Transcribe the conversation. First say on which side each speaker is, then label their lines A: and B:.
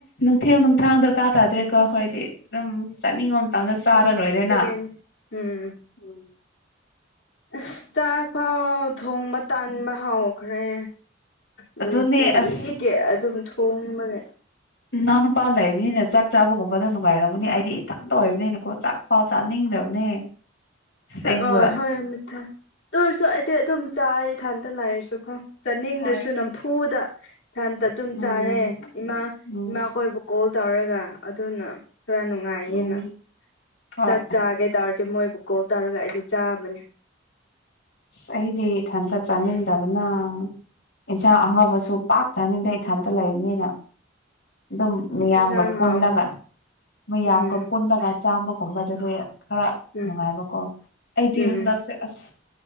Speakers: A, on the left; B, on the left.
A: ꯃꯊꯦꯜ ꯝ ꯊꯥꯡ ꯗꯔꯀꯥ ꯇꯥꯗ꯭ꯔꯦ ꯀꯣꯈꯣꯏꯗꯤ ꯑꯗꯨꯝ ꯆꯠꯅꯤꯡꯕ ꯃꯇꯝꯗ ꯆꯥꯔ
B: ꯑꯗꯨꯒꯤꯅꯤ
A: ꯂꯣꯏꯔꯦꯅ
B: ꯎꯝ
A: ꯎ
B: ꯑꯁ ꯆꯥꯛꯐꯥꯎ ꯊꯣꯡꯕ ꯇꯥꯟꯕ ꯍꯥꯎꯈ꯭ꯔꯦ ꯅꯨꯡꯇꯤꯒꯤ
A: ꯑꯗꯨꯅꯦ ꯑꯁ
B: ꯑꯗꯨꯝ ꯊꯣꯡꯕꯅꯦ
A: ꯏꯅꯥꯎ ꯅꯨꯄꯥ ꯂꯩꯕꯅꯤꯅ ꯆꯥꯛ ꯆꯥꯕꯒꯨꯝꯕꯗ ꯅꯨꯡꯉꯥꯏꯔꯝꯒꯅꯤ ꯍꯥꯏꯗꯤ ꯏꯊꯟꯇ ꯑꯣꯏꯕꯅꯤꯅꯀꯣ ꯆꯥꯛ ꯄꯥꯎ ꯆꯥꯅꯤꯡꯗꯕꯅꯦ ꯑꯁꯦꯡꯕ
B: ꯍꯣꯏ ꯍꯣꯏ ꯑꯃꯃꯤ ꯊ ꯇ ꯑꯣꯏꯔꯁꯨ ꯑꯩꯗꯤ ꯑꯗꯨꯝ ꯆꯥ ꯏꯊꯟꯗ ꯂꯥꯛꯔꯁꯨꯀꯣ ꯆꯥꯅꯤꯡꯗ꯭ꯔꯁꯨ
A: ꯍꯣꯏ
B: ꯅꯝꯐꯨꯗ ꯍꯟꯇ ꯑꯗꯨꯝ
A: ꯎꯝ
B: ꯆꯥꯔꯦ ꯏꯃꯥ
A: ꯎꯝ
B: ꯏꯃꯥꯈꯣꯏꯕꯨ ꯀꯣꯜ ꯇꯧꯔꯒ ꯑꯗꯨꯅ ꯈꯔ ꯅꯨꯡꯉꯥꯏꯌꯦꯅ
A: ꯎꯝ ꯍꯣꯏ
B: ꯆꯥꯛ ꯆꯥꯒꯦ ꯇꯔꯗꯤ ꯑꯗꯨ ꯃꯣꯏꯕꯨ ꯀꯣꯜ ꯇꯧꯔꯒ ꯑꯩꯗꯤ ꯆꯥꯕꯅꯤ
A: ꯑꯁ ꯑꯩꯗꯤ ꯏꯊꯟꯇ ꯆꯥꯅꯤꯡꯗꯕꯅ ꯏꯟꯁꯥꯡ ꯑꯍꯥꯎꯕꯁꯨ ꯄꯥꯛ ꯆꯥꯅꯤꯡꯗ ꯏꯊꯟꯇ ꯂꯩꯕꯅꯤꯅ ꯑꯗꯨꯝ ꯃꯤꯌꯥꯝꯒ
B: ꯏꯟꯖꯥꯡ
A: ꯄꯨꯜꯂꯒ
B: ꯍꯥꯎꯕꯅꯦ
A: ꯃꯌꯥꯝꯒ
B: ꯎꯝ
A: ꯄꯨꯜꯂꯒ ꯆꯥꯝꯃꯒꯨꯝꯕꯗꯨꯗꯤ ꯈꯔ
B: ꯎꯝ
A: ꯅꯨꯡꯉꯥꯏꯕꯀꯣ ꯑꯩꯗꯤ
B: ꯎꯝ
A: ꯍꯟꯗꯛꯁꯦ ꯑꯁ